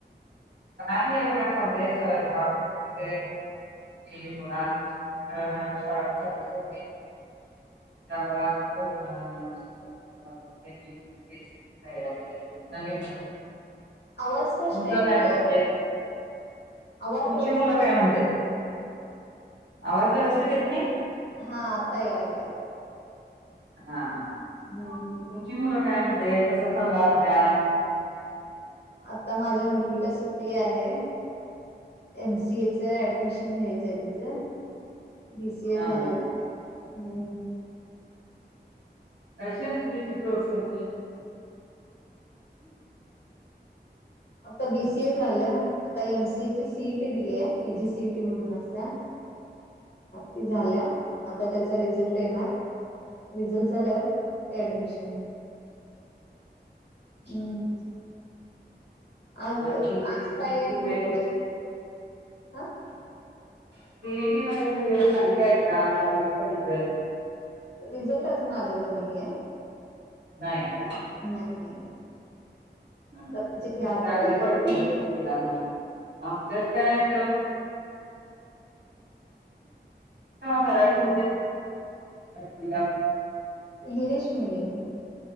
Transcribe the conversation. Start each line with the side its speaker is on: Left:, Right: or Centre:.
Right: का नाही बघा चाल आहे स्वैपाक, ते मुलांची ना शाळा चालू झाली, त्यामुळे <unintelligible> <unintelligible> नवीन
Left: आवाज स्पष्ट
Right: तुमचं
Left: येत
Right: कायचलय,
Left: नाहीये आवाज
Right: तुमची
Left: व्यवस्थित
Right: मुलं
Left: येत
Right: काय म्हणतेत, आवाज व्यवस्थित येत नाही.
Left: हा आत्ताय लागला,
Right: हा हा
Left: हम्म
Right: तुमची मुलं, काय म्हणतात, कसा चालला अभ्यास,
Left: आता माझ्या मुलगीला सुट्टी आहे. एमसीएच ऍडमिशन घ्यायचंय तिचं, बीसीए
Right: हा
Left: झालेला
Right: हा हम्म.
Left: आहे हम्म,
Right: अशी असते त्याची प्रोसेस <unintelligible>
Left: आता बीसीए झालं आता एमसीए ची सीईटी दिली आहे त्याची सीट म्हणून असत्या ती झाल्या आता त्याचा रिझल्ट येणार रिझल्ट झाल्यावर ऍडमिशन
Right: आणि
Left: हम्म आज
Right: सीईटी
Left: आज काय मग
Right: वगैरे
Left: विशेष आ
Right: ते झाली का एक्झाम लागला का रिझल्ट
Left: रिझल्ट अजून आलेला नाहीये
Right: नाही काय
Left: नाही नाही
Right: हम्म
Left: स्वतःचे ह्या आठवड्यात
Right: चांगले
Left: येईल.
Right: पडतील बग की तीला आणि मला आमच्यात काय मग <unintelligible>
Left: ह इंग्लिश मीडियम